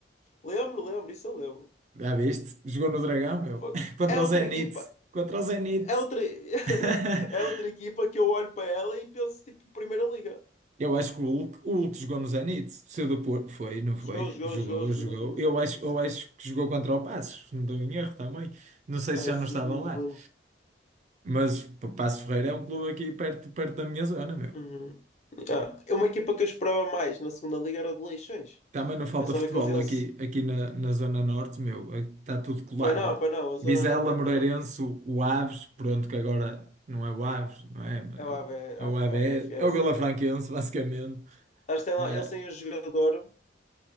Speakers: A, on the left; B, on the right.
A: Lembro, lembro, isso eu lembro.
B: Já viste? Jogou no Dragão, meu.
A: Foi-
B: <laughs> Contra
A: É
B: o
A: outra
B: Zenit.
A: equipa,
B: Contra o Zenit.
A: é outra, <laughs>
B: <laughs>
A: é outra equipa que eu olho para ela e penso, tipo, Primeira Liga.
B: Eu acho que o Hulk, o Hulk jogou no Zenit, saiu do Porto, foi, não foi?
A: Jogou, jogou,
B: Jogou,
A: jogou, jogou,
B: jogou.
A: jogou, não
B: Eu
A: sei nem
B: acho,
A: se isso
B: eu acho que jogou contra o Passos, não estou em erro também. Não sei
A: Ah,
B: se já
A: isso
B: não estava
A: eu não me
B: lá.
A: lembro.
B: Mas pá, Passos Ferreira é um clube aqui perto, perto da minha zona, meu.
A: Uhum. Ah, é uma equipa que eu esperava mais na segunda liga era o de Leixões.
B: Também não falta
A: Pensava
B: futebol
A: que eles iam
B: aqui,
A: se.
B: aqui na, na Zona Norte, meu. Está tudo colado.
A: Pai não, pai não, a Zona
B: Vizela,
A: Norte é
B: Moreirense,
A: melhor.
B: o, o Aves, pronto, que agora não é o Aves, não é?
A: É lá
B: É o,
A: a
B: é o AB,
A: AFS,
B: é o Vilafranquense,
A: ou caralho.
B: basicamente.
A: Acho que tem
B: É,
A: lá, eles têm um jogador